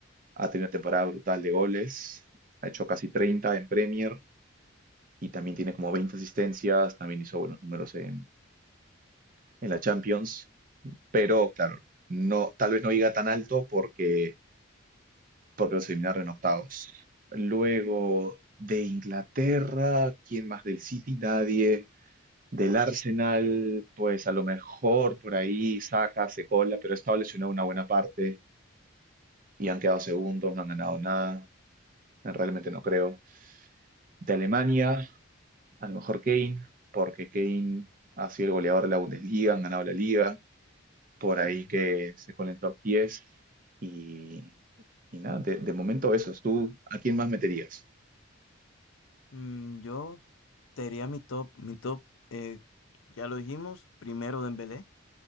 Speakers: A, on the right; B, on the left.
A: ha tenido una temporada brutal de goles, ha hecho casi 30 en Premier y también tiene como 20 asistencias, también hizo buenos números en, en la Champions, pero claro, no, tal vez no llega tan alto porque, porque los eliminaron en octavos. Luego de Inglaterra, ¿quién más del City? Nadie. Del Arsenal, pues a lo mejor por ahí saca, se cola, pero ha estado lesionado una buena parte y han quedado segundos, no han ganado nada. Realmente no creo. De Alemania, a lo mejor Kane, porque Kane ha sido el goleador de la Bundesliga, han ganado la liga, por
B: Sí.
A: ahí que se con el top 10 y, y nada, de, de momento esos. ¿tú a quién más meterías?
B: Mm, yo te diría mi top, mi top, eh, ya lo dijimos, primero Dembélé,